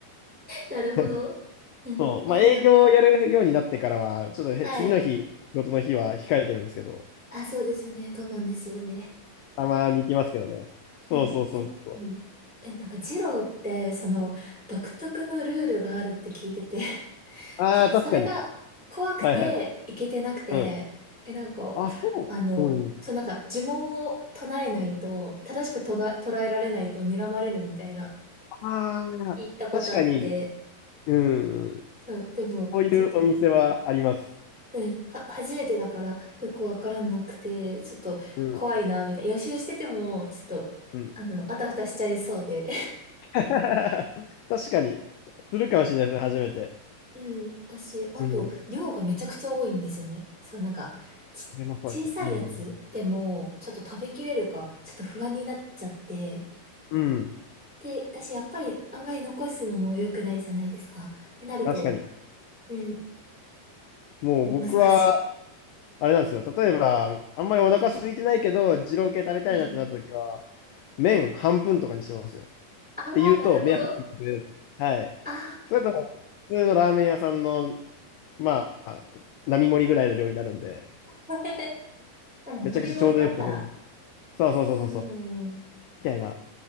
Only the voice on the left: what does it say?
<laughs>
そう、
まあ営業をやるようになってからは、
ちょっとへ次の日、
仕事の日は控えてるんですけど、
たまに行きますけどね。そうそうそうそ
う。ああ、
確かに。はいはい。
うん。
あ、そう。
うん。
ああ、
確かに。うん。
こういうお店はあります。
うん。
うん。
<laughs> 確かに。するかもしれないですね、初めて。
うん。
でもそうですね。
うん。
うん。
確かに。
もう僕は、
あれなんですよ。例えば、あんまりお腹空いてないけど、二郎系食べたいなってなった時は、
麺半分とかにしてますよ。
って言うと、
目をかける。
はい。
それとも、普通のラーメン屋さんの、まあ、並盛りぐらいの量になるんで、
めちゃくちゃちょうどよく食べれる。そうそうそうそうそう。
みたいな。